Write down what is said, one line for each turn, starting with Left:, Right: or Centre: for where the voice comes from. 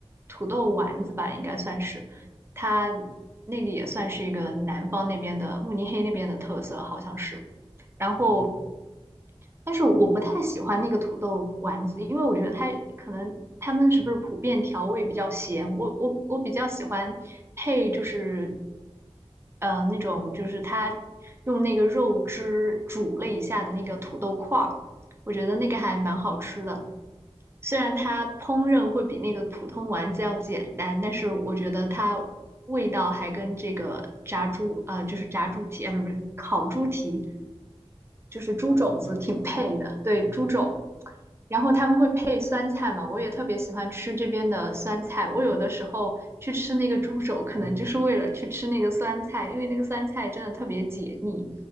Right: 土豆丸子吧，应该算是，它那个也算是一个南方那边的慕尼黑那边的特色，好像是。然后
Left: 嗯，
Right: 但是我不太喜欢那个土豆丸子，因为我觉得它可能他们是不是普遍调味比较咸，我我我比较喜欢配就是呃那种就是它用那个肉汁煮了一下的那个土豆块儿，我觉得那个还蛮好吃的。虽然它烹饪会比那个普通丸子要简单，但是我觉得它味道还跟这个炸猪呃，就是炸猪蹄，呃，不是不是烤猪蹄，就是猪肘子挺配的，
Left: 潮猪肘，
Right: 对，
Left: 嗯，
Right: 猪肘。然后他们会配酸菜嘛，我也特别喜欢吃这边的酸菜。我有的时候去吃那个猪肘，可能就是为了去吃那个酸菜，因为那个酸菜真的特别解腻。